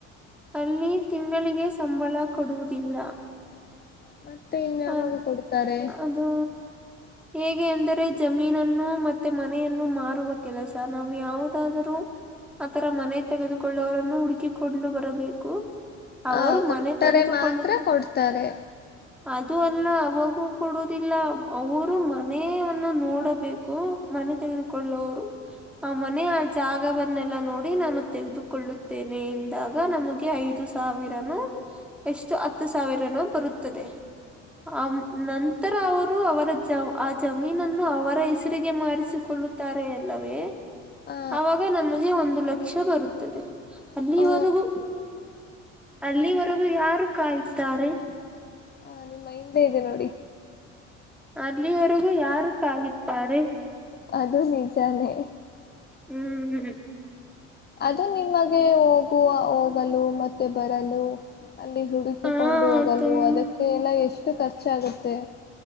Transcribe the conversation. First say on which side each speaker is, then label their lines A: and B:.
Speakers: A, in the centre; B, on the left (about 25°).
A: ಅಲ್ಲಿ ತಿಂಗಳಿಗೆ ಸಂಬಳ ಕೊಡುವುದಿಲ್ಲ
B: <unintelligible>
A: ಹ
B: ಯಾವಾಗ ಕೊಡ್ತಾರೆ
A: ಅದು ಹೇಗೆ ಅಂದರೆ ಜಮೀನನ್ನು ಮತ್ತೆ ಮನೆಯನ್ನು ಮಾರುವ ಕೆಲಸ ನಾವು ಯಾವುದಾದರೂ ಆತರ ಮನೆ ತೆಗೆದುಕೊಳ್ಳುವವರನ್ನು ಹುಡುಕಿಕೊಂಡು ಬರಬೇಕು ಅವರು
B: ಆ ಕೊಟ್ಟರೆ
A: ಮನೆ ತೆಗೆದುಕೊಳ್ಳುತ್ತ
B: ಮಾತ್ರ ಕೊಡ್ತಾರೆ
A: ಅದು ಅಲ್ಲ ಅವಾಗೂ ಕೊಡುದಿಲ್ಲ ಅವರು ಮನೆಯನ್ನ ನೋಡಬೇಕು ತೆಗೆದುಕೊಳ್ಳುವರು ಆ ಮನೆಯ ಆ ಜಾಗ ವನ್ನೆಲ್ಲಾ ನೋಡಿ ನಾನು ತೆಗೆದುಕೊಳ್ಳುತ್ತೇನೆ ಎಂದಾಗ ನಮಗೆ ಐದು ಸಾವಿರನು ಎಷ್ಟು ಹತ್ತು ಸಾವಿರನುೂ ಬರುತ್ತದೆ ಆ ನನ್ ನಂತರ ಅವರು ಅವರ ಆ ಜಮೀನನ್ನು ಅವರ ಹೆಸರಿಗೆ ಮಾರಿಸಿಕೊಳ್ಳುತ್ತಾರೆ ಅಲ್ಲವೇ
B: ಆ
A: ಆವಾಗ ನಮಗೆ ಒಂದು ಲಕ್ಷ ಬರುತ್ತದೆ ಅಲ್ಲಿವರೆಗೂ
B: ಓ
A: ಅಲ್ಲಿವರೆಗೂ ಯಾರು ಕಾಯತಾರೆ
B: ಹಾ ನಿಮ್ಮ ಹಿಂದೆ ಇದೆ ನೋಡಿ
A: ಅಲ್ಲಿವರೆಗೂ ಯಾರು ಕಾಯತಾರೆ
B: ಅದು ನಿಜಾನೆ
A: ಹ್ಮ್ ಹ್ಮ್
B: ಅದು ನಿಮಗೆ ಹೋಗುವ ಹೋಗಲು ಮತ್ತೆ ಬರಲು ಅಲ್ಲಿ ಹುಡುಕಿಕೊಂಡು
A: ಹ
B: ಹೋಗಲು
A: ತುಮ್
B: ಅದಕ್ಕೆ ಎಲ್ಲ ಎಷ್ಟು ಖರ್ಚಾಗುತ್ತೆ